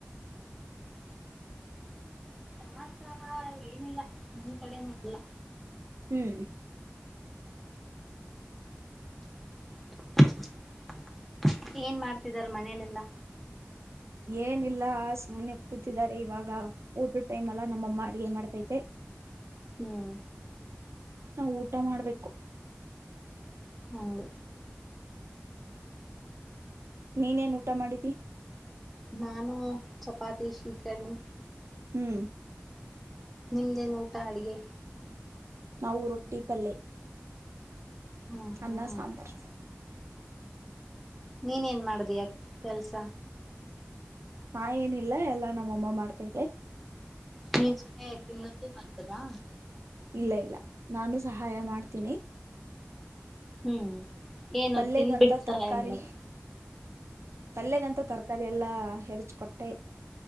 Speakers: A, in the centre; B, on the right.
A: ಸಮಾಚಾರ ಏನಿಲ್ಲ ನಿಮ ಕಡೆನ ಇಲ್ಲ
B: ಹ್ಮ್
A: ಏನ್ <unintelligible> ಮಾಡ್ತಿದ್ದಾರೆ ಮನೇಲೆಲ್ಲಾ
B: ಏನಿಲ್ಲ ಸಮುನೆೆ ಕೂತಿದ್ದಾರೆ ಇವಾಗ ಊಟದ ಟೈಮ್ ಅಲ್ಲ ನಮ್ಮಮ್ಮ ಅಡಗೆ ಮಾಡ್ತೈತೆ
A: ಹ್ಮ್
B: ನಾವು ಊಟ ಮಾಡ್ಬೇಕು
A: ಹೌದು
B: ನೀನೇನೂ ಊಟ ಮಾಡಿದ್ದಿ
A: ನಾನು ಚಪಾತಿ ಶೀಕರ್ಣಿ
B: ಹ್ಮ್
A: ನಿಮ್ದೇನು ಊಟ ಅಡ್ಗೆ
B: ನಾವು ರೊಟ್ಟಿ ಪಲ್ಲೆ
A: ಹ್ಮ್ ಹ್ಮ್
B: ಅನ್ನ ಸಾಂಬಾರ್
A: ನೀನ್ ಏನ್ ಮಾಡದಿಯಾ ಕೆಲ್ಸ
B: ನಾ ಏನಿಲ್ಲ ಎಲ್ಲಾ ನಮ್ಮಮ್ಮ ಮಾಡ್ತಿದ್ದೆ
A: ನೀನ್ ಸನ್ನ <unintelligible> ಇನ್ನತ್ತ ಮಾಡತದಾ
B: ಇಲ್ಲ ಇಲ್ಲ ನಾನು ಸಹಾಯ ಮಾಡ್ತೀನಿ
A: ಹ್ಮ್ ಏನು
B: ಪಲ್ಲೆಗಂತ
A: ತಿಂದ್ಬಿಟ್ಟು
B: ತರಕಾರಿ
A: ಸಹಾಯ ಮಾಡದು
B: ಪಲ್ಯಗಂತ ತರಕಾರಿ ಎಲ್ಲಾ ಹೆರಚ್ಕೊಟ್ಟೆ